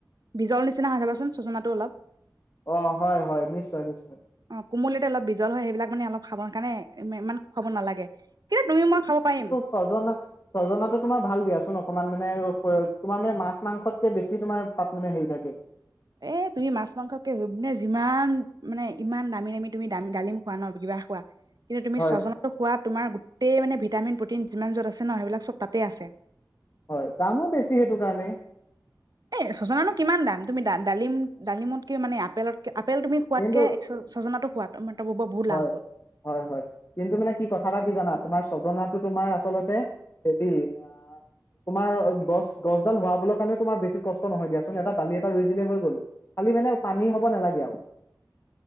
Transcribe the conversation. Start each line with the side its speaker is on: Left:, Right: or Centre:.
Right: বিজল নিচিনা হয় চাবাচোন চজনাাতো অলপ।
Left: অঁ' হয় হয়, নিশ্চয় নিশ্চয়।
Right: অঁ কোমলিয়াতে অলপ বিজল হয় সেইবিলাক মানে অলপ খাবৰ কাৰণে ইমান খুৱাব নালাগে। কিন্তু তুমি মই খাব পাৰিম।
Left: চজনা- ছজনাতো তোমাৰ ভাল দিয়াচোন, অকমান মানে তোমাৰ মানে মাছ মাংসতকে বেছি তোমাৰ তাত মানে হেৰি থাকে।
Right: এ তুমি মাছ মাংসকে যিমান মানে ইমান দামী দামী তুমি ডালিম খোৱা ন কিবা খোৱা। কিন্তু, তুমি
Left: হয়
Right: স্বজনাটো খোৱা তোমাৰ গোটেই মানে ভিটামিন প্ৰ'টিন যিমান য'ত আছে ন সেইবিলাক চব তাতে আছে।
Left: হয়, দামো বেছি সেইটো কাৰণে।
Right: এই ছজনানো কিমান দাম? তুমি ডালিম, ডালিমতকে মানে আপেলত- আপেল তুমি খোৱাতকে
Left: কিন্তু
Right: ছজনাতো খোৱা ত ত বহুত
Left: হয়
Right: লাভ হ'ব।
Left: হয় হয়, কিন্তু মানে কি কথা এটা কি জানা? তোমাৰ ছজনাটো তোমাৰ আচলতে- হেতি আ। তোমাৰ গছ গছডাল হোৱা বলৈ কাৰণে তোমাৰ বেছি কষ্ট নহয় দিয়াচোন এটা দালি এটা ৰুই দিলে হৈ গল। খালি মানে পানী হব নালাগে আও,